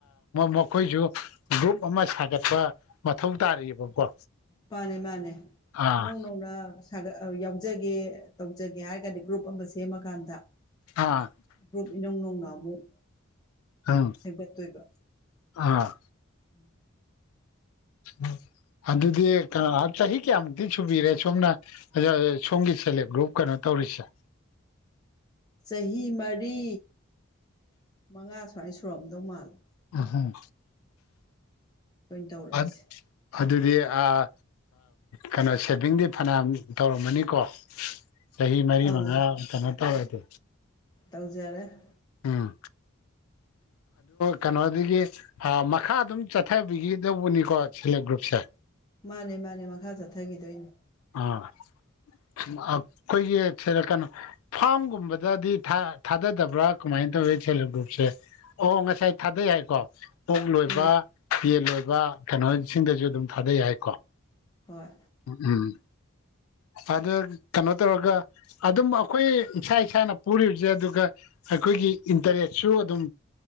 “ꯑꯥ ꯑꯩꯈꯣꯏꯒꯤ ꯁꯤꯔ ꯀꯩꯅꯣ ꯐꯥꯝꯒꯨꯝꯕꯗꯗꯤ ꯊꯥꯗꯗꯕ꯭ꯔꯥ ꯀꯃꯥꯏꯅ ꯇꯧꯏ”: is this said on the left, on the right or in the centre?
Left